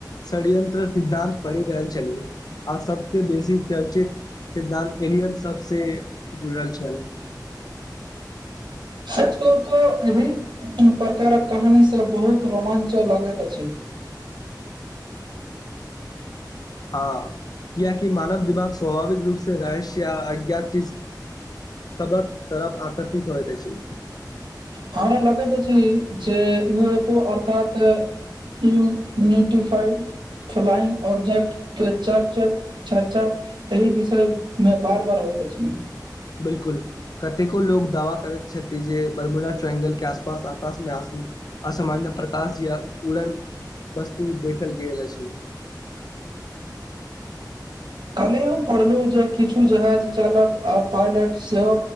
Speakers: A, on the left (about 60°); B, on the right (about 85°).
A: षडयंत्र सिद्धान्त पढ़ि रहल छलै आर सबसे बेसी चर्चित सिद्धा्त एल सबसँ जुड़ल छल
B: सच कहु तो एहि प्रकारक कहानी सब बहुत रोमां्च लागैत अछि
A: हँ कियकि मानव दिमाग स्वाभाविक रूप से रहस्य या अज्ञात सबत तरफ आकर्षित होइ त अछि
B: हमरा लगैत अछि जे यू एफ ओ अर्थात ई यूनिटिफाइड फ्लाइंग ऑब्जेक्ट के चर्च चर्चा एही विषय मे बार बार होइत अछि।
A: बिलकुल कतेको लोको दावा करैत छथि जे बरमुना ट्रायंगलके आसपास आकाशमे आस असामान्य प्रकाश य उरन वस्तु देखल गेलल अछि।
B: कालहि हम पढ़लहुँ जे किछु जहाज चालक आ पायलट सेहो